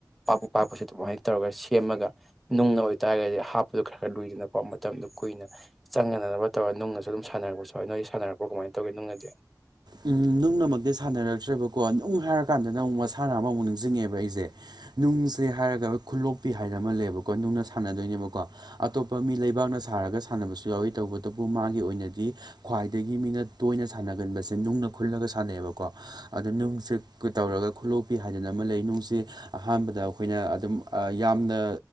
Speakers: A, in the centre; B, on the right (about 70°).
A: ꯄꯥꯛꯄ ꯄꯥꯛꯄꯁꯦ ꯑꯗꯨꯃꯥꯏ ꯇꯧꯔꯒ ꯁꯦꯝꯃꯒ ꯅꯨꯡꯅ ꯑꯣꯏꯇꯥꯔꯒꯗꯤ ꯍꯥꯞꯄꯗꯨ ꯈꯔ ꯂꯨꯏꯗꯅꯀꯣ ꯃꯇꯝꯗꯣ ꯀꯨꯏꯅ ꯆꯪꯅꯗꯅꯕ ꯇꯧꯔꯒ ꯅꯨꯡꯅꯁꯨ ꯑꯗꯨꯝ ꯁꯥꯟꯅꯔꯄꯁꯨ ꯌꯥꯎꯏ ꯅꯣꯏꯗꯤ ꯁꯅꯔꯛꯄꯣꯔ ꯀꯃꯥꯏꯅ ꯇꯧꯒꯦ ꯅꯨꯡꯅꯗꯤ
B: ꯎꯝ ꯅꯨꯡꯅꯃꯛꯇꯤ ꯁꯥꯟꯅꯔꯛꯇ꯭ꯔꯦꯕꯀꯣ ꯅꯨꯡ ꯍꯥꯏꯔ ꯀꯥꯟꯗꯅ ꯑꯃꯨꯛ ꯃꯁꯥꯟꯅ ꯑꯃꯃꯨꯛ ꯅꯤꯡꯖꯤꯡꯉꯛꯑꯦꯕ ꯑꯩꯁꯦ ꯅꯨꯡꯁꯦ ꯍꯥꯏꯔꯒ ꯈꯨꯠꯂꯣꯛꯄꯤ ꯍꯥꯏꯅ ꯑꯃ ꯂꯩꯌꯦꯕꯀꯣ ꯅꯨꯡꯅ ꯁꯥꯟꯅꯗꯣꯏꯅꯦꯕꯀꯣ ꯑꯇꯣꯞꯄ ꯃꯤ ꯂꯩꯕꯥꯛꯅ ꯁꯥꯔꯒ ꯁꯥꯟꯅꯕꯁꯨ ꯌꯥꯎꯋꯤ ꯇꯧꯕꯇꯕꯨ ꯃꯥꯒꯤ ꯑꯣꯏꯅꯗꯤ ꯈ꯭ꯋꯥꯏꯗꯒꯤ ꯃꯤꯅ ꯇꯣꯏꯅ ꯁꯥꯟꯅꯒꯟꯕꯁꯦ ꯅꯨꯡꯅ ꯈꯨꯜꯂꯒ ꯁꯥꯟꯅꯩꯑꯕꯀꯣ ꯑꯗ ꯅꯨꯡꯁꯦ ꯇꯧꯔꯒ ꯈꯨꯂꯣꯛꯄꯤ ꯍꯥꯏꯗꯅ ꯑꯃ ꯂꯩ ꯅꯨꯡꯁꯦ ꯑꯍꯥꯟꯕꯗ ꯑꯩꯈꯣꯏꯅ ꯑꯗꯨꯝ ꯌꯥꯝꯅ